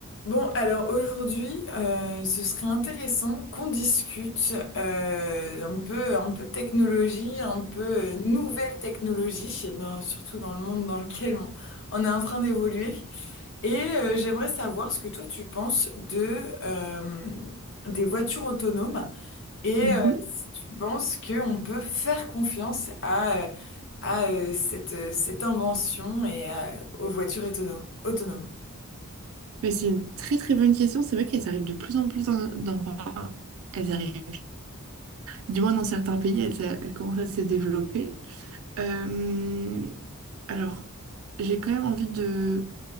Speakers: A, on the left (about 60°); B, on the right (about 65°).
A: Bon, alors aujourd'hui, euh, ce serait intéressant qu'on discute euh, un peu, un peu technologie, un peu euh, nouvelle technologie, dans- surtout dans le monde dans lequel on, on est en train d'évoluer. Et euh, j'aimerais savoir ce que toi tu penses de euh, des voitures autonomes et
B: Mhm.
A: euh, si tu penses qu'on peut faire confiance à euh, à euh, cette cette invention et à- aux voitures autonomes. autonomes.
B: Mais c'est une très très bonne question. C'est vrai qu'elles arrivent de plus en plus dans, dans- enfin, elles arrivent. Du moins dans certains pays, elles, a- elles commencent à se développer. Euh, alors, j'ai quand même envie de.